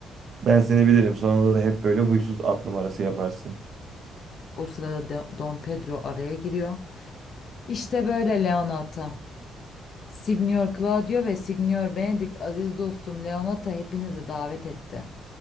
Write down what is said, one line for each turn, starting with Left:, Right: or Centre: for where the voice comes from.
Right: Ben seni bilirim. Sonunda da hep böyle huysuz at numarası yaparsın.
Left: O sırada Do- Don Pedro araya giriyor. İşte böyle Leonata. Signor Claudio ve Signor Benedict aziz dostum Leonata hepinizi davet etti.